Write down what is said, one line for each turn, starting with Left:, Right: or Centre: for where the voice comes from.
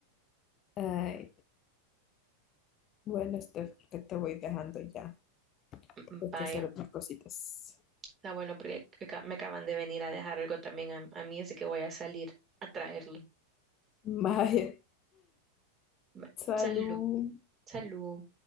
Left: Ay, bueno, Steph, creo que te voy dejando ya.
Right: Mm,
Left: Hay
Right: Vaya,
Left: que hacer otras cositas.
Right: está bueno porque aca- me acaban de venir a dejar algo también a, a mí, así que voy a salir a traerlo.
Left: Vaya,
Right: Va,
Left: salud.
Right: Salud, salud.